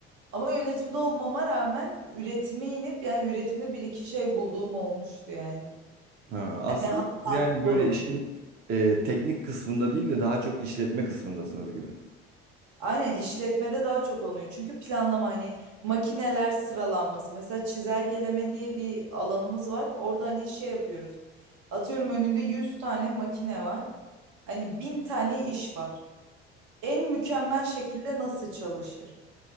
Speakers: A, on the right; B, on the right.
A: Ama yönetimde olmama rağmen üretime inip yani üretimde bir iki şey bulduğum olmuştu yani.
B: Ha, aslında
A: Hani hata
B: siz yani böyle
A: sorun.
B: işin e, teknik kısmında değil de daha çok işletme kısmındasınız gibi.
A: Aynen işletmede daha çok oluyor. Çünkü planlama hani makineler sıralanması. Mesela çizelgeleme diye bir alanımız var. Orada hani şey yapıyoruz. Atıyorum önünde 100 tane makine var. Hani 1000 tane iş var. En mükemmel şekilde nasıl çalışır?